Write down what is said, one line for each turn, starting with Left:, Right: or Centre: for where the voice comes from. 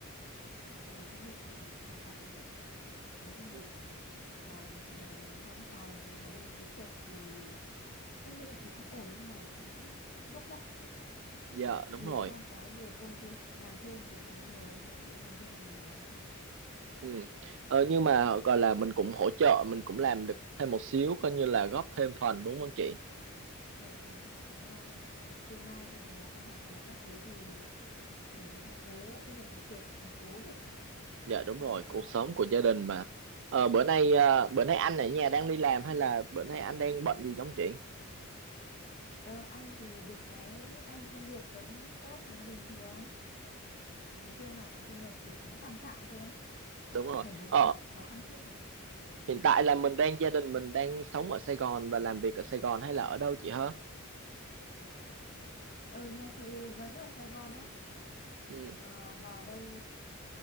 Left: Ờ, công việc chị thì cũng tạm tạm em ạ. Nói chung
Right: Ừ,
Left: là làm chị làm văn phòng, làm bên kỹ thuật thì công việc thì cũng ổn nhưng mà cũng vất vả.
Right: Dạ
Left: Vừa
Right: đúng rồi.
Left: con cái vừa công việc, làm thêm thì cũng nhiều nhưng mà chị không làm thêm được nhiều mấy.
Right: Ừ. Ờ, nhưng
Left: Con
Right: mà gọi là mình cũng hỗ trợ mình cũng làm được thêm một xíu coi như là góp thêm phần đúng không chị?
Left: ờ đúng rồi, để lo cho tương lai cho chúng nó còn học hành các thứ thì mình cũng phải cố, bây giờ còn trẻ thì còn cố được em ạ.
Right: Dạ đúng
Left: Không
Right: rồi
Left: thì
Right: cuộc
Left: sau
Right: sống
Left: này
Right: của gia đình mà ờ, bữa nay
Left: đúng.
Right: ờ, bữa nay anh ở nhà đang đi làm hay là bữa nay anh đang bận gì không chị?
Left: Ờ, anh thì được cái anh công việc vẫn tốt, vẫn bình thường. Nói chung là thu nhập thì cũng tạm tạm thôi em
Right: Đúng rồi
Left: thời buổi
Right: ờ,
Left: kinh tế khó khăn chung
Right: hiện tại là mình đang gia đình mình đang sống ở Sài Gòn và làm việc ở Sài Gòn hay là ở đâu chị hả?
Left: ừ nhà chị vẫn ở Sài Gòn em
Right: Ừ.
Left: Ờ, vào đây